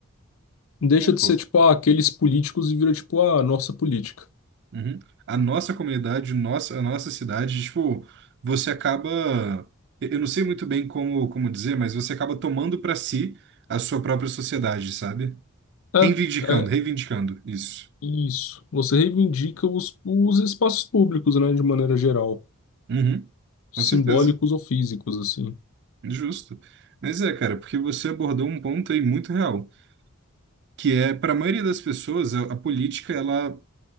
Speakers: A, on the left (about 65°); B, on the right (about 55°).
A: deixa
B: É, pô.
A: de ser tipo, ah, aqueles políticos e vira tipo, ah, nossa política.
B: Uhum. A nossa comunidade, nossa, a nossa cidade, tipo, você acaba, eu eu não sei muito bem como, como dizer, mas você acaba tomando para si a sua própria sociedade, sabe?
A: É,
B: Reivindicando,
A: é
B: reivindicando isso.
A: isso. Você reivindica os, os espaços públicos, né, de maneira geral,
B: Uhum. Com
A: simbólicos
B: certeza,
A: ou físicos, assim.
B: justo. Mas é, cara, porque você abordou um ponto aí muito real, que é, para a maioria das pessoas, a, a política, ela